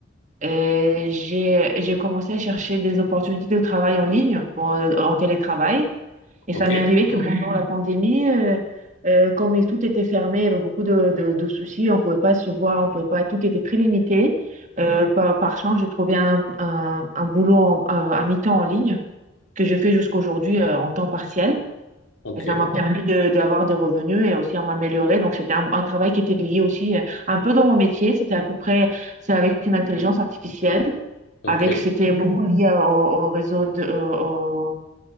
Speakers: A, on the right; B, on the left.
A: et j'ai, j'ai commencé à chercher des opportunités de travail en ligne, pour, euh, en télétravail. Et
B: OK.
A: ça m'est arrivé que pendant la pandémie, euh, euh, comme il- tout était fermé, il y avait beaucoup de, de, de soucis, on ne pouvait pas se voir, on pouvait pas, tout était très limité. Euh, par, par chance, j'ai trouvé un, un, un boulot en- à à mi-temps en ligne que je fais jusqu'aujourd'hui euh, en temps partiel.
B: OK.
A: Et ça m'a permis de- d'avoir des revenus et aussi à m'améliorer. Donc, c'était un, un travail qui était lié aussi euh, un peu dans mon métier. C'était à peu près, c'est avec une intelligence artificielle.
B: OK.
A: Avec,
B: Eh
A: c'était beaucoup lié au, au réseau de, euh, au-